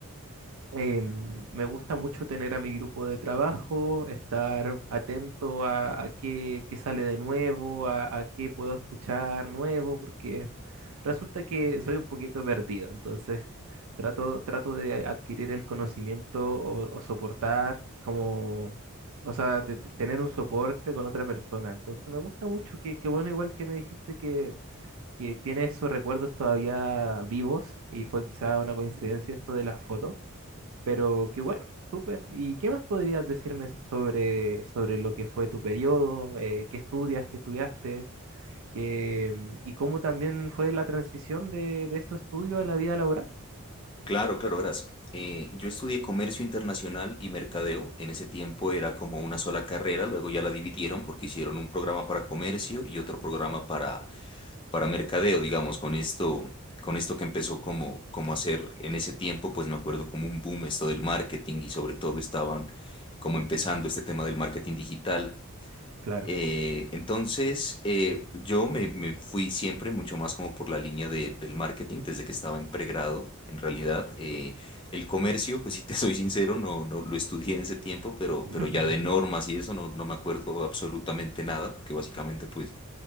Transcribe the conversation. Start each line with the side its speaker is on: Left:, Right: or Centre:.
Right: em, me gusta mucho tener a mi grupo de trabajo, estar atento a, a qué, qué sale de nuevo, a, a qué puedo escuchar nuevo, porque resulta que soy un poquito perdido, entonces trato, trato de adquirir el conocimiento o, o soportar como, o sea, de de tener un soporte con otra persona. Entonces me gusta mucho, que, que bueno, igual que me dijiste que... que tiene esos recuerdos todavía vivos y fue quizá una coincidencia esto de las fotos. Pero qué bueno, súper. ¿Y qué más podrías decirme s- sobre, sobre lo que fue tu periodo? eh, ¿qué estudias? ¿Qué estudiaste? qué, mm, ¿y cómo también fue la transición de, de estos estudios a la vida laboral?
Left: Claro, claro, verás. eh, yo estudié comercio internacional y mercadeo. En ese tiempo era como una sola carrera, luego ya la dividieron porque hicieron un programa para comercio y otro programa para, para mercadeo, digamos, con esto, con esto que empezó como, como hacer en ese tiempo, pues me acuerdo como un boom esto del marketing y sobre todo estaban como empezando este tema del marketing digital.
Right: Claro.
Left: Eh, entonces, eh, yo me, me fui siempre mucho más como por la línea de- del marketing desde que estaba en pregrado, en realidad. Eh, el comercio, pues si te <laughs> soy sincero, no, no lo estudié en ese tiempo, pero,
Right: <laughs>
Left: pero ya de normas y eso no, no me acuerdo absolutamente nada, porque básicamente pues